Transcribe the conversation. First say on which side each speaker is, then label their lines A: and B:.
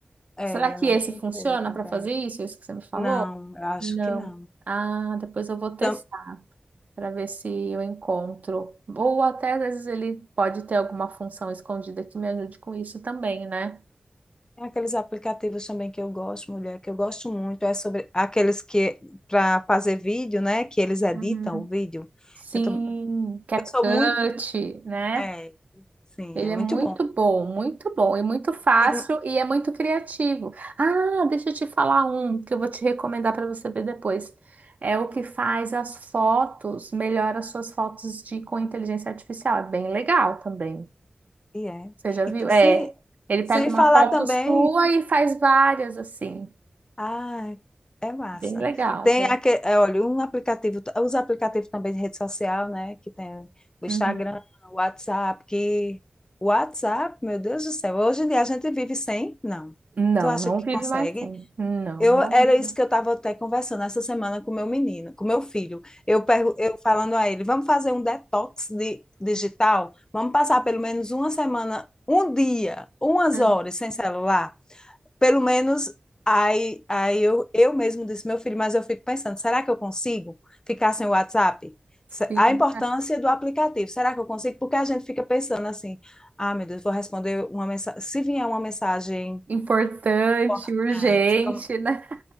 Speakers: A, on the left; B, on the right.
A: é,
B: Será que
A: eu não
B: esse
A: encontrei
B: funciona
A: também.
B: para fazer isso? Isso que você me falou?
A: Não, eu acho
B: Não.
A: que não.
B: Ah, depois eu vou testar
A: Tam-
B: para ver se eu encontro. Ou até às vezes ele pode ter alguma função escondida que me ajude com isso também, né?
A: Tem aqueles aplicativos também que eu gosto, mulher, que eu gosto muito, é sobre aqueles que para fazer vídeo, né? Que eles editam
B: Uhum.
A: o vídeo.
B: Sim,
A: Eu, tam-
B: CapCut,
A: eu sou muito.
B: né?
A: É, sim,
B: Ele
A: é muito
B: é muito
A: bom.
B: bom, muito bom e muito fácil
A: Tira um-
B: e é muito criativo. Ah, deixa eu te falar um que eu vou te recomendar para você ver depois. É o que faz as fotos, melhora as suas fotos de com inteligência artificial. É bem legal também.
A: E é.
B: Você já viu?
A: E, t-
B: É,
A: sim,
B: ele pega
A: Sem
B: uma
A: falar
B: foto
A: também,
B: sua e faz várias assim.
A: ah, é massa.
B: Bem legal,
A: Tem
B: bem.
A: aquele, olha, um aplicativo, os aplicativos também de rede social, né? Que tem o Instagram,
B: Uhum.
A: o WhatsApp, que o WhatsApp, meu Deus do céu, hoje em dia a gente vive sem? Não.
B: Não,
A: Tu acha
B: não
A: que
B: vive
A: consegue?
B: mais sem. Não,
A: Eu
B: não.
A: era isso que eu estava até conversando essa semana com meu menino, com meu filho. Eu pergu- eu falando a ele, vamos fazer um detox de, digital? Vamos passar pelo menos uma semana, um dia, umas
B: Uhum.
A: horas sem celular? pelo menos aí, aí eu, eu mesmo disse, meu filho, mas eu fico pensando, será que eu consigo ficar sem o WhatsApp? Se-
B: Sim,
A: A importância do aplicativo, será que eu consigo? Porque a gente fica pensando assim, ah, meu Deus, vou responder uma mensagem, se vier uma mensagem
B: importante,
A: importante,
B: urgente,
A: como...
B: né?